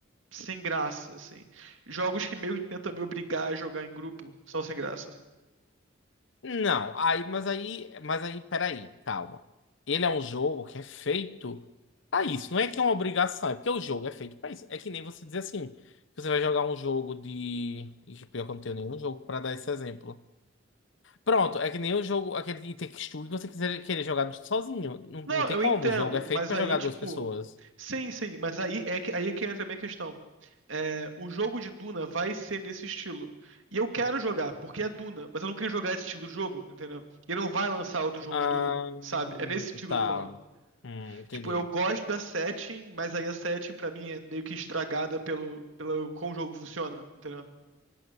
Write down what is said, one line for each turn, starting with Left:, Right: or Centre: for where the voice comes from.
Right: sem graça, assim. Jogos que meio que tentam me obrigar a jogar em grupo são sem graça.
Left: Não, aí, mas aí, mas aí, peraí, calma. Ele é um jogo que é feito pra isso. Não é que é uma obrigação, é porque o jogo é feito pra isso. É que nem você dizer assim, que você vai jogar um jogo de. Ixi, pior que eu não tenho nenhum jogo pra dar esse exemplo. Pronto, é que nem o jogo, aquele de Takes Two, que você quiser querer jogar sozinho. Não,
Right: Não,
Left: não tem
Right: eu
Left: como,
Right: entendo,
Left: o jogo é feito
Right: mas
Left: pra
Right: aí,
Left: jogar
Right: tipo.
Left: duas pessoas.
Right: Sim, sim, mas aí é que, aí é que entra a minha questão. É, o jogo de Duna vai ser nesse estilo. E eu quero jogar, porque é Duna, mas eu não queria jogar esse estilo de jogo, entendeu? E não vai lançar outro jogo
Left: Ah,
Right: de Duna, sabe? É nesse sentido
Left: tá.
Right: que eu tô falando.
Left: Hum, entendi.
Right: Tipo, eu gosto da setting, mas aí a setting pra mim é meio que estragada pelo, pelo como o jogo funciona, entendeu?